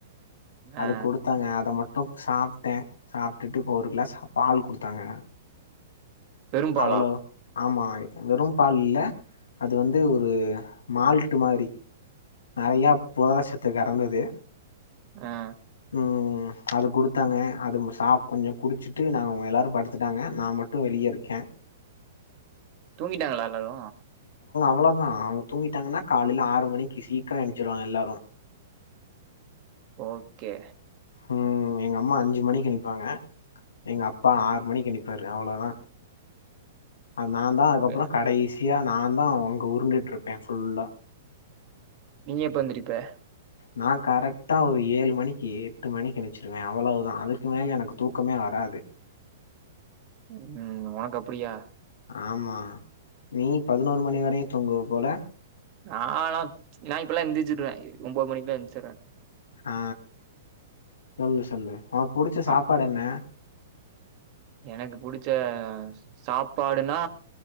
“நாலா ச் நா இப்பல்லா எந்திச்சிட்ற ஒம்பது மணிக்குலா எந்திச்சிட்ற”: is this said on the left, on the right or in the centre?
Right